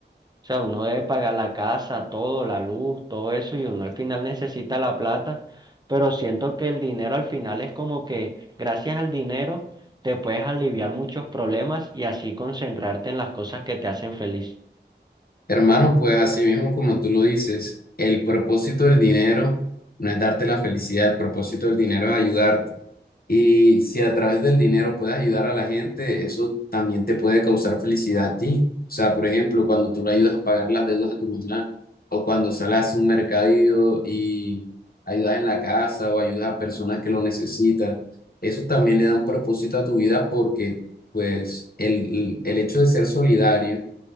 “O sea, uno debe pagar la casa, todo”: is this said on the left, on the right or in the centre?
Right